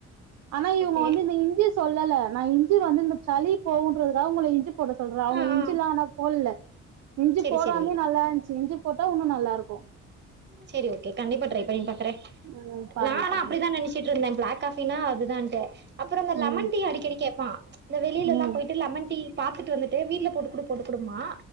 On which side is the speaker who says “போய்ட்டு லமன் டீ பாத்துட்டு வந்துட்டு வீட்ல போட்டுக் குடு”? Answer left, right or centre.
Right